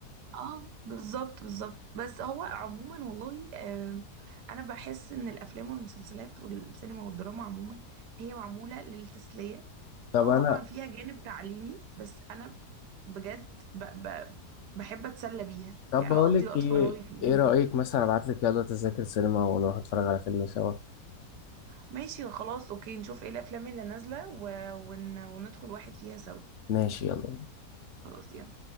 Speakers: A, on the right (about 80°); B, on the left (about 55°).
A: اه بالظبط بالظبط بس هو عموما والله آه انا بحس ان الافلام والمسلسلات والسينما والدراما عموما هي معموله للتسليه
B: طب
A: اه
B: انا
A: طبعا فيها جانب تعليمي بس انا بجد ب ب بحب اتسلى بيها
B: طب
A: يعني
B: بقول
A: اقضي
B: لك
A: وقت
B: ايه
A: فراغي فيها
B: ايه رأيك مثلا ابعت لك يلا تذاكر سينما ونروح نتفرج على فيلم سوا
A: ماشي خلاص اوكي نشوف ايه الافلام اللي نازله و- ون- وندخل واحد فيها سوا
B: ماشي يلا
A: خلاص يلا